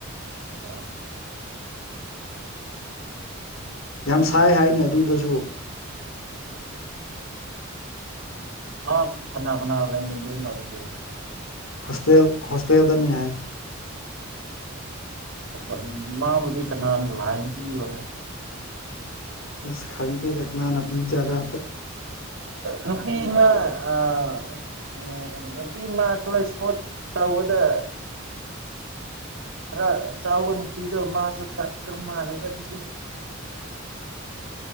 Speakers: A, on the right; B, on the left.
A: ꯑꯥ
B: ꯌꯥꯝ ꯁꯥꯏ ꯍꯥꯏꯅ ꯑꯗꯨꯗꯁꯨ
A: ꯑ ꯀꯅꯥ ꯀꯅꯥ ꯂ ꯃꯗ ꯂ ꯑꯗꯨꯗ
B: ꯍꯁꯇ ꯍꯁꯇꯌꯥꯦꯜꯗꯅꯤ ꯍꯥꯏ
A: ꯑ ꯃꯥꯕꯨꯗꯤ ꯀꯅꯥ ꯂꯥꯏꯅ ꯄꯤꯨꯔꯣꯅꯦ
B: ꯑ ꯈꯪꯗꯗ ꯀꯅꯥꯅ ꯄꯤꯖꯥꯂ
A: ꯅꯨꯄꯤꯅ ꯑ ꯎꯝ ꯅꯨꯄꯤꯃ ꯑꯩꯈꯣꯏ ꯏꯁꯄꯣꯔꯠ ꯇꯧꯕꯗ ꯑ ꯁꯥꯎꯅ ꯄꯤꯔꯣ ꯃꯥꯁꯨ ꯁꯀ꯭ꯔ ꯃꯥꯅꯦꯗꯤꯗꯤ <unintelligible>